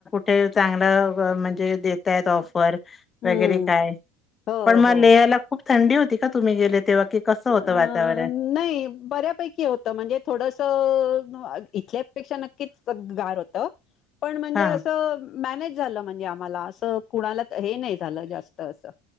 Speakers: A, on the left; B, on the left.
A: ते चांगला म्हणजे देतय ऑफर
B: हम्म
A: वगैरे काय,
B: हो
A: पण मग
B: हो
A: लेहाला खूप थंडी होती का तुम्ही गेले? तेव्हा कि कसं होतं
B: अ
A: वातावरण?
B: नाही बऱ्यापैकी होत म्हणजे थोडस इथल्यापेक्षा नक्कीच गार होत, पण म्हणजे
A: हां
B: असं मॅनेज झालं म्हणजे आम्हाला अस कुणाला हे नाही झालं जास्त असं.